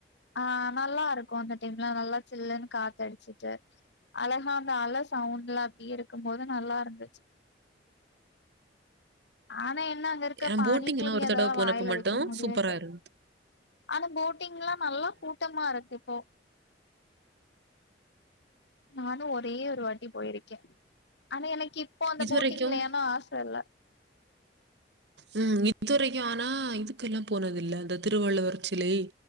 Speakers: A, on the left; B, on the right.
A: ஆஹ் நல்லா இருக்கும் அந்த டைம்ல நல்லா சில்லுன்னு காத்தடிச்சுட்டு அழகா அந்த அலை சவுண்ட்ல அப்ப்டடியே இருக்கும்போது நல்லா இருந்துச்சு ஆன என் ன அங்க இருக்க
B: நான்
A: பானிபூரி
B: போட்டிங்லாம் ஒரு
A: அதெல்லாம்
B: தடவ போனப்ப
A: வாயில
B: மட்டும்
A: வைக்க முடியாது
B: சூப்பரா இருந்தது.
A: ஆன போட்டிங் எல்லாம் நல்லா கூட்டமா இருக்கு இப்போ நானும் ஒரே ஒரு வாட்டி போயிருக்கேன் ஆனா எனக் இப்போ அந்த
B: இதுவரைக்கும்
A: போட்டிங்லையானா ஆச இல்ல
B: உஹம் இதுவரைக்கும் ஆனா இதுக்க எல்லாம் போனத இல்லை இந்த திருவள்ளுவர் சிலை